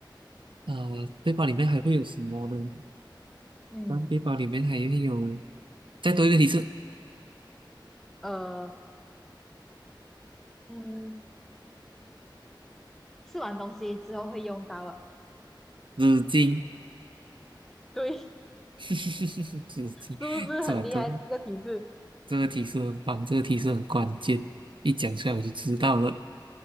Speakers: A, on the right; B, in the centre.
A: 呃，背包里面还会有什么呢？
B: 嗯，
A: 那背包里面还会有，再多一个提示，
B: 呃，嗯，吃完东西之后会用到啊。
A: 纸巾，
B: 对，<laughs> 是
A: <laughs> 纸巾，
B: 不是很厉害这个提示？
A: 这都这个提示很棒，这个提示很关键，一讲出来我就知道了。